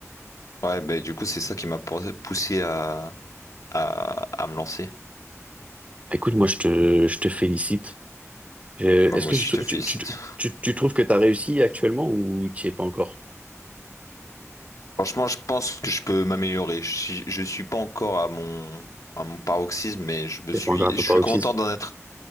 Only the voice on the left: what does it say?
ouais, bah, du coup, c'est ça qui m'a poussé à à, à me lancer.
Bah,
moi
aussi, je te félicite.
Franchement, je pense que je peux m'améliorer. Je, suis- je suis pas encore à mon, à mon paroxysme, mais je me
suis,
je
suis content d'en être,